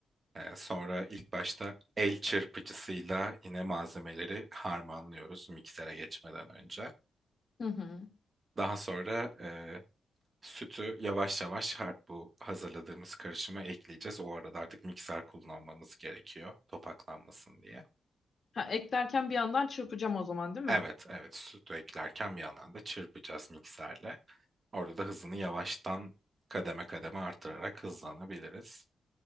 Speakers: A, on the right; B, on the left.
A: Ee, sonra ilk başta el çırpıcısıyla yine malzemeleri harmanlıyoruz miksere geçmeden önce.
B: Hı hı.
A: Daha sonra e, sütü yavaş yavaş har- bu hazırladığımız karışıma ekleyeceğiz. O arada artık mikser kullanmamız gerekiyor topaklanmasın diye.
B: Ha, eklerken bir yandan çırpacağım o zaman değil
A: Evet,
B: mi?
A: evet sütü eklerken bir yandan da çırpacağız mikserle. Orada da hızını yavaştan kademe kademe arttırarak hızlanabiliriz.